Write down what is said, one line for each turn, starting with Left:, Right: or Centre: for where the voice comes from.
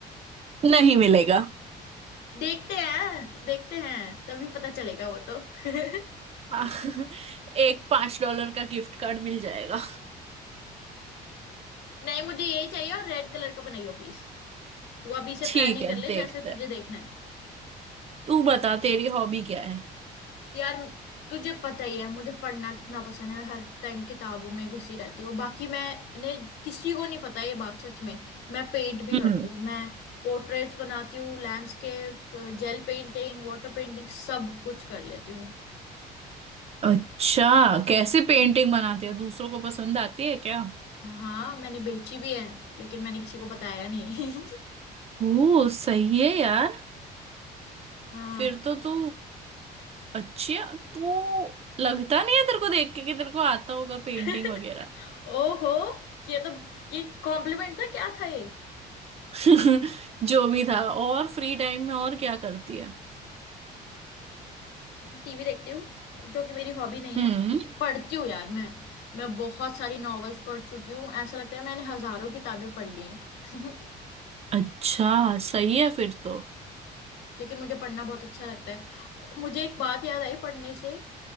Right: नहीं मिलेगा
Left: देखते हैं देखते हैं तभी पता चलेगा वो तो <laughs>
Right: हाँ, <laughs> एक पांच डॉलर का गिफ्ट कार्ड मिल जाएगा
Left: नहीं मुझे यही चाहिए और रेड कलर का बनाइयो प्लीज तू अभी से
Right: ठीक
Left: प्लानिंग
Right: है
Left: कर ले
Right: देखते
Left: जैसे
Right: हैं
Left: तुझे देखना है
Right: तू बता तेरी हॉबी क्या है
Left: यार तुझे पता ही है मुझे पढ़ना कितना पसंद है हर टाइम किताबों में घुसी रहती हूँ बाकी मैंने किसी को नहीं पता ये बात सच में मैं पेंट भी
Right: हम्म
Left: करती हूँ मैं पोर्ट्रेट्स बनाती हूँ landscapes gel painting water painting सब कुछ कर लेती हूँ मैं
Right: अच्छा कैसे पेंटिंग बनाती है दूसरों को पसंद आती है क्या
Left: हाँ मैंने बेची भी है लेकिन मैंने किसी को बताया नहीं <laughs>
Right: ओ सही है यार
Left: हाँ
Right: फिर तो तू अच्छा तो लगता नहीं है तेरे को देख के कि तेरे को आता होगा पेंटिंग
Left: <laughs>
Right: वगैरह
Left: ओहो ये तो ये कॉम्प्लीमेंट था क्या था ये
Right: <laughs> जो भी था और फ्री टाइम में और क्या करती है
Left: टीवी देखती हूँ जो कि मेरी हॉबी नहीं है
Right: हम्म
Left: पढ़ती हूँ यार मैं मैं बहुत सारी नॉवेल्स पढ़ चुकी हूँ ऐसा लगता है मैंने हजारों किताबें पढ़ ली हैं
Right: अच्छा सही है फिर तो
Left: <laughs> लेकिन मुझे पढ़ना बहुत अच्छा लगता है मुझे एक बात याद आई पढ़ने से